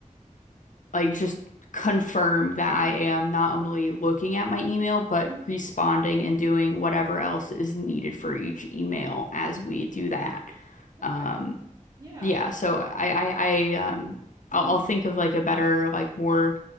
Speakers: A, on the left (about 70°); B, on the right (about 25°).
A: like just confirm that I
B: hmm
A: am not only looking at my email, but
B: hmm
A: responding and doing whatever else is needed for each email as we do that.
B: Okay.
A: Um,
B: Yeah.
A: yeah, so I, I, I, um, I'll,
B: Mm.
A: I'll think of like a better, like more,